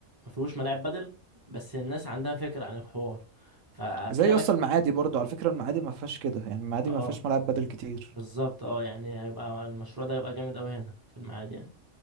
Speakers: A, on the right; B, on the right.
A: ما فيهوش ملاعب بدل بس الناس عندها فكرة عن الحوار ففي
B: زي
A: اماكن
B: يسطا المعادي برضو على فكرة المعادي ما فيهاش كده يعني المعادي
A: اه
B: ما فيهاش ملاعب بدل كتير
A: بالظبط اه يعني هيبقى المشروع ده هيبقى جامد قوي هنا في المعادي يعني.